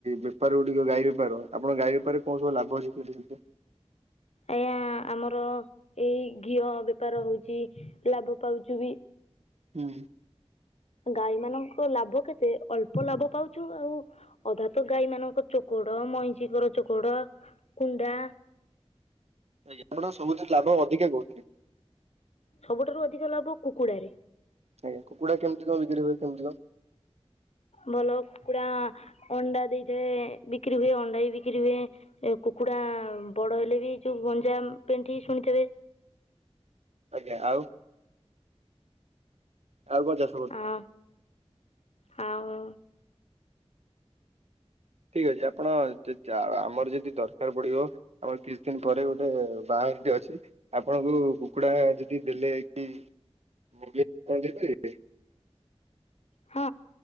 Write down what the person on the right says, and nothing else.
ବେପାର ଗୁଡିକ ଗାଈ ବେପାର, ଆପଣ ଗାଈ ବେପାରରେ କଣ ସବୁ ଲାଭ ଅଛି?
ହୁଁ ଉଁ।
<unintelligible> ସବୁଥି ଲାଭ ଅଧିକା କଉଥିରେ?
ଆଜ୍ଞା, କୁକୁଡ଼ା କେମତି କ ବିକି ହ କେମତି କ?
ଆଜ୍ଞା ଆଉ ଆଉ କଣ ଚା
ଠିକ୍ ଅଛି, ଆପଣ ଆଉ ଆମର ଯଦି ଦରକାର୍ ପଡ଼ିବ? ଆମର କିଛି ଦିନ ପରେ ଗୋଟେ ବାହାଘରଟି ଅଛି। ଆପଣଙ୍କୁ କୁକୁଡ଼ା ଯଦି ଦେଲେ କି ମଗେ -ମଗେଇବେ।